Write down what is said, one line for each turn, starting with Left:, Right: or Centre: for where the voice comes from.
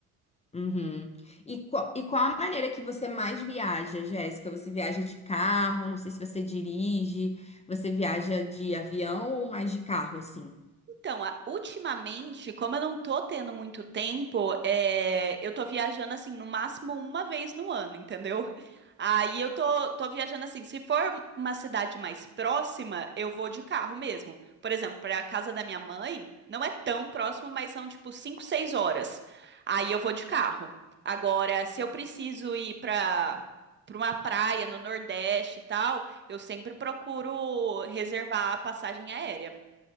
Left: Uhum. E qual, e qual a maneira que você mais viaja, Jéssica? Você viaja de carro? Não sei se você dirige. Você viaja de avião ou mais de carro, assim?
Right: Então, a- ultimamente, como eu não tô tendo muito tempo, é, eu tô viajando assim no máximo uma vez no ano, entendeu? Aí eu tô, tô viajando assim. Se for uma cidade mais próxima, eu vou de carro mesmo. Por exemplo, para a casa da minha mãe, não é tão próximo, mas são tipo 5, 6 horas. Aí eu vou de carro. Agora, se eu preciso ir para para uma praia no Nordeste e tal, eu sempre procuro reservar a passagem aérea.